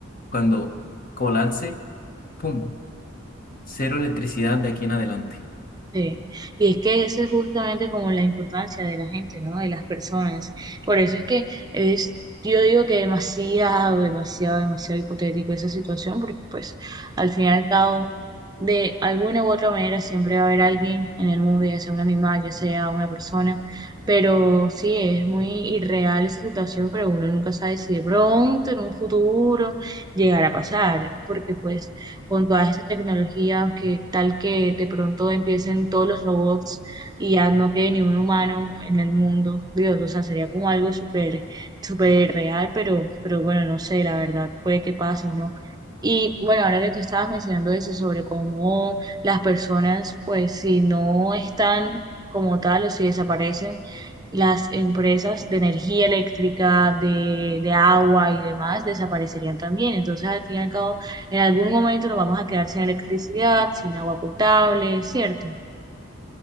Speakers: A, on the left (about 45°); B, on the right (about 20°).
A: Cuando colapse, ¡pum! Cero electricidad de aquí en adelante.
B: Sí, y es que eso es justamente como la importancia de la gente, ¿no? De las personas. Por eso es que es, yo digo que demasiado, demasiado, demasiado hipotético esa situación, porque pues al final y al cabo, de alguna u otra manera siempre va a haber alguien en el mundo, ya sea un animal, ya sea una persona, pero sí, es muy irreal esa situación, pero uno nunca sabe si de pronto, en un futuro, llegará a pasar, porque pues con todas estas tecnologías, que tal que de pronto empiecen todos los robots y ya no quede ni un humano en el mundo. Dios, o sea, sería como algo súper, súper real, pero, pero bueno, no sé, la verdad, puede que pase o no. Y bueno, ahora que tú estabas mencionando eso sobre cómo las personas, pues si no están como tal o si desaparecen, las empresas de energía eléctrica, de, de agua y demás desaparecerían también. Entonces, al fin y al cabo, en algún momento nos vamos a quedar sin electricidad, sin agua potable, ¿cierto?